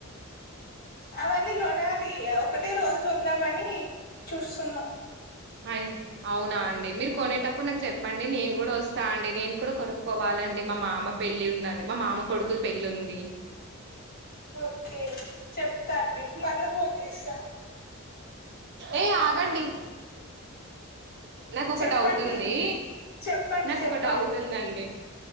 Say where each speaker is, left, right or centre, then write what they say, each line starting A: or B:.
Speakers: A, on the left; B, on the right.
A: అవన్నీ కొనాలి ఒకటే రోజు కొందామని చూస్తున్నాం.
B: అయి అవునా అండి మీరు కొనేటప్పుడు నాకు చెప్పండి నేను కూడా వస్తా అండి నేను కూడా కొనుక్కోవాలండి మా మామ పెళ్ళి ఉందండి మా మామ కొడుకుది పెళ్లి ఉంది.
A: ఓకే చెప్తాండి మల ఫోన్ చేస్త
B: ఏ ఆగండి నాకు ఒక
A: చెప్పండి
B: డౌట్ ఉంది
A: చెప్పండి
B: నాకుొ
A: చెప్పండి
B: ఒక డౌట్ ఉందండి